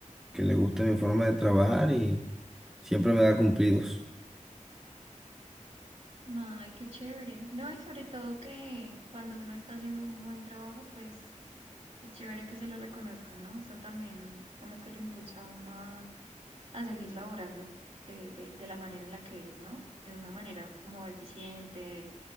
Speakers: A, in the centre; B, on the right.
A: que le gusta mi forma de trabajar y siempre me da cumplidos.
B: Ay, qué chévere. No, y sobre todo que cuando uno está haciendo un buen trabajo, pues es chévere que se lo reconozcan, ¿no? Eso también como que lo impulsa a uno a, a seguir laborando de, de, de la manera en la que es, ¿no? De una manera como eficiente